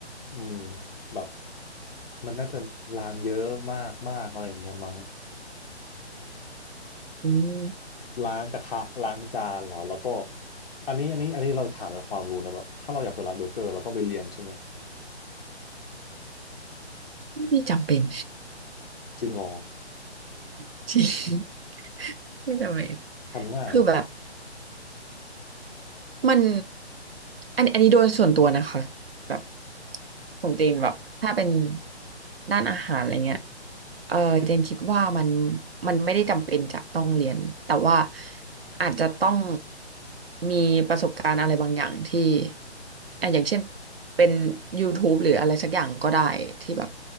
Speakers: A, on the left (about 50°); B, on the right (about 60°).
A: อืมแบบมันน่าจะล้างเยอะมากมากอะไรอย่างเงี้ยมั้ง
B: อืม
A: ล้างกระทะล้างจานเหรอแล้วก็อันนี้อันนี้อันนี้เราถามในความรู้นะแบบถ้าเราอยากเปิดร้านเบอร์เกอร์เราต้องไปเรียนใช่ไหม
B: ไม่จำเป็น
A: จริงเหรอ
B: <laughs> จริงไม่จำเป็น
A: ทำง่ายเหรอ
B: คือแบบ มันอันอันนี้โดยส่วนตัวนะคะแบบของเจนแบบถ้าเป็นด้านอาหารอะไรเงี้ยเออเจนคิดว่ามันมันไม่ได้จำเป็นจะต้องเรียนแต่ว่าอาจจะต้องมีประสบการณ์อะไรบางอย่างที่อ่ะอย่างเช่นเป็น YouTube หรืออะไรสักอย่างก็ได้ที่แบบ